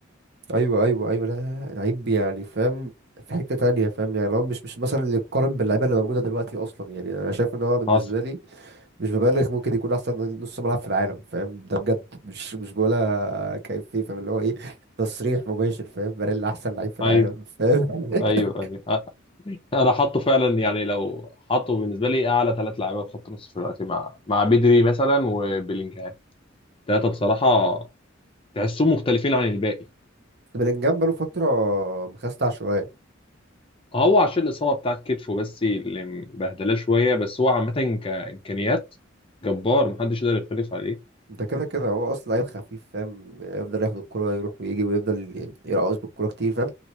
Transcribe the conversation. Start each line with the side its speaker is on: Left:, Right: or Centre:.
Right: ايوه ايوه ايوه لا لا لا لعيب يعني فاهم في حته تانية فاهم يعني هو مش مش مثلا اللي يتقارن باللعيبه اللي موجوده دلوقتي اصلا يعني انا شايف ان هو بالنسبه
Left: حصل
Right: لي مش ببالغ ممكن يكون احسن نص ملعب في العالم فاهم ده بجد مش مش بقولها كيف فيه فاهم اللي هو ايه تصريح مباشر فاهم باريلا احسن لعيب في العالم
Left: ايوه
Right: فاهم
Left: ايوه
Right: <laughs>
Left: ايوه أ- انا حاطه فعلا يعني لو حاطه بالنسبه لي اعلى ثلاث لعيبه في خط النص في الوقت مع مع بدري مثلا وبيلينجهام التلاتة بصراحة تحسهم مختلفين عن الباقي
Right: بلينجهام بقاله فتره مخستع شويه
Left: هو عشان الإصابة بتاعت كتفه بس اللي مبهدلاه شوية بس هو عامة كإمكانيات جبار محدش يقدر يختلف عليه
Right: انت كده كده هو اصلا لعيب خفيف فاهم يفضل ياخد الكرة يروح ويجي ويفضل يعني يرقص بالكرة كتير فاهم